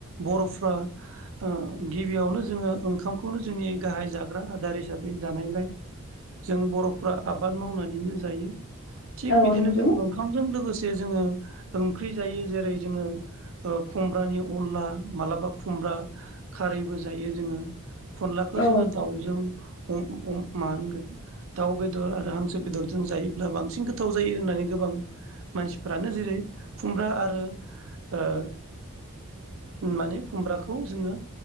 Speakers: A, on the right; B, on the left.
A: बर'फ्रा ओ गिबियावनो जोङो ओंखामखौनो जोंनि गाहाइ जाग्रा आदार हिसाबै जानायलाय जों बर'फ्रा आबाद मावनानैनो जायो। थिग
B: औ
A: बिदिनो
B: नंगौ
A: जों ओंखामजों लोगोसे जोङो ओंख्रि जायो जेरै जोङो ओ खुमब्रानि अनला मालाबा खुमब्रा खारैबो जायो जोङो। अनलाखौ
B: औ
A: जोङो दाउजों अम अम मा होनगोन? दाउ बेदर आरो हांसो बेदरजों जायोब्ला बांसिन गोथाव जायो होननानै गोबां मानसिफोरानो जेरै खुमब्रा आरो ओ
B: <inaudible>
A: माने खुमब्राखौ जोङो